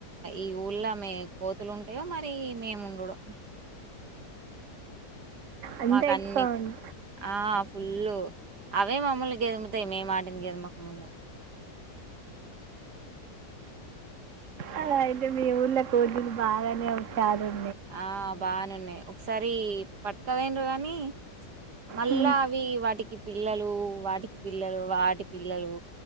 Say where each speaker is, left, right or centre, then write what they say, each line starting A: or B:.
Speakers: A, on the right; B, on the right.
A: ఈ ఊళ్ళ మే కోతులు ఉంటాయో మరి మేము ఉండుడో
B: అంత
A: మాకు
B: ఎక్కువ
A: అన్నీ
B: ఉండ
A: ఆ ఫుల్లు అవే మమ్మల్ని గెదుముతాయి మే వాటిని గెదమకముందు
B: అలా అయితే మీ ఊళ్ళో కోతులు బాగానే <unintelligible>
A: ఆ బానేన్నాయి ఒకసారి పట్క పోయినారు కానీ మళ్ళా
B: హ్మ్.
A: అవి వాటికి పిల్లలు వాటికి పిల్లలు వాటి పిల్లలు